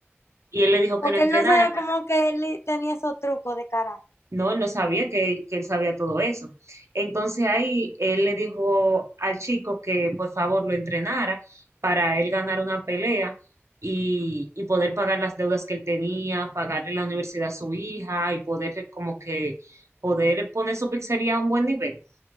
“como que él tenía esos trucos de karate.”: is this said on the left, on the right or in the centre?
Left